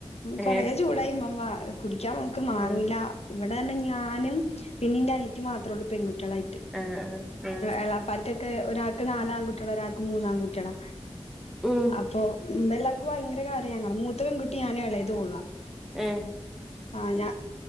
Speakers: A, on the left; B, in the centre.
A: കോറെ
B: ഏ
A: ചൂടായി ഉമ്മമ്മ കുടിക്കാൻ നമുക്ക് മാറുല്ല
B: ആ
A: ഇവിടെ ആണെങ്കി ഞാനും പിന്നിന്റെ അനിയത്തി മാത്ര ഉള്ളു പെൺകുട്ടി കുട്ടിയാലായിട്ട്
B: ആ ആ ആ
A: എളാപാർക്കോക്കെ ഒരാക്ക് നാൽ ഒര് കുട്ടിള്ളൊരാൾക്കും മൂന്നാൺ കുട്ടികള
B: ഉം
A: അപ്പൊ എല്ലാർക്കും ഭയങ്കര കാര്യാ ഞങ്ങളെ മൂ മൂത്ത പെൺകുട്ടി ഞാനും എളയതും ഓളുവാ
B: ഏ
A: ആ ഞാ